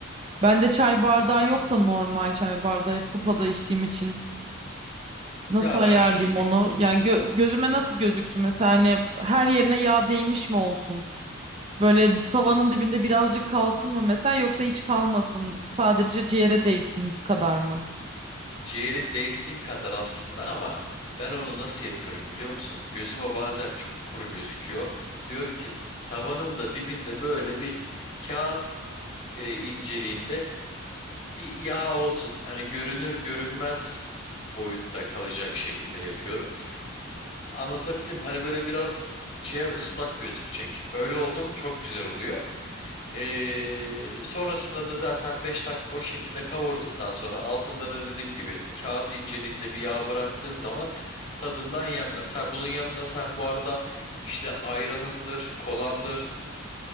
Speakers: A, on the right (about 30°); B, on the left (about 30°).
A: Bende çay bardağı yok da normal çay bardağı hep kupada içtiğim için nasıl
B: Ya
A: ayarlayayım
B: ben şimdi üç
A: onu? Yani gö- gözüme nasıl gözüksün mesela hani her yerine yağ değmiş mi olsun? Böyle tavanın dibinde birazcık kalsın mı mesela yoksa hiç kalmasın sadece ciğere değsin kadar mı?
B: ciğeri değsin kadar aslında ama ben onu nasıl yapıyorum biliyor musun? Gözüme bazen çok kuru gözüküyor. Diyorum ki tavanın da dibinde böyle bir kağıt e, inceliğinde bir yağ olsun. Hani görünür görünmez boyutta kalacak şekilde yapıyorum. Anlatabildim. Hani böyle biraz ciğer ıslak gözükecek. Öyle oldu mu çok güzel oluyor. Ee, sonrasında da zaten 5 dakika o şekilde kavurduktan sonra altında da dediğim gibi kağıt inceliğinde bir yağ bıraktığın zaman tadından yenmez. Ha, bunun yanında sen bu arada işte ayranındır, kolandır,